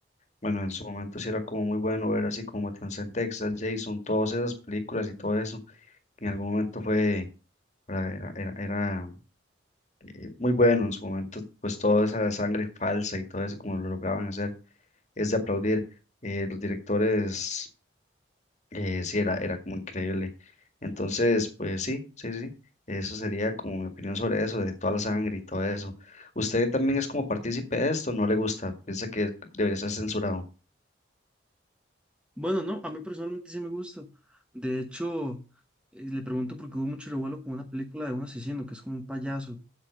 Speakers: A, on the left; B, in the centre.
A: bueno, en su momento sí era como muy bueno ver así como Matanza en Texas, Jason, todas esas películas y todo eso, que en algún momento fue, era, era, era era eh, muy bueno en su momento, pues toda esa sangre falsa y todo eso como lo lograban hacer, es de aplaudir. Eh, los directores, eh, sí, era, era como increíble. Entonces, pues sí, sí, sí, eso sería como mi opinión sobre eso, de toda la sangre y todo eso. ¿Usted también es como partícipe de esto? ¿No le gusta? ¿Piensa que debería ser censurado?
B: Bueno, no, a mí personalmente sí me gusta. De hecho, eh, le pregunto porque hubo mucho revuelo con una película de un asesino que es como un payaso.